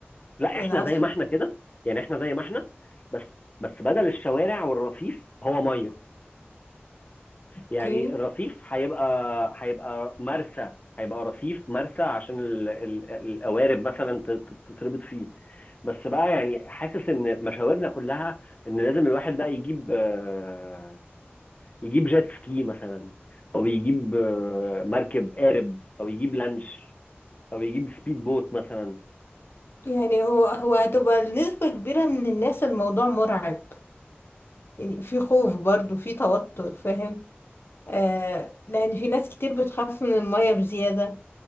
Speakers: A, on the left (about 35°); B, on the left (about 65°).
A: لا احنا
B: يعني أصل
A: زي ما احنا كده يعني احنا زي ما احنا بس بس بدل الشوارع والرصيف هو ميه
B: اوكي
A: يعني الرصيف هيبقى هيبقى مرسى هيبقى رصيف مرسى عشان ال... ال... القوارب مثلا ت- ت- تتربط فيه بس بقى يعني حاسس ان مشاورنا كلها ان لازم الواحد بقى يجيب آه، يجيب جيت سكي مثلا او يجيب آه، مركب قارب او يجيب لانش او يجيب سبيد بوت مثلا
B: يعني هو هو هتبقى لنسبة كبيرة من الناس الموضوع مرعب يعني في خوف برضو في توتر فاهم آه لأن في ناس كتير بتخاف من المية بزيادة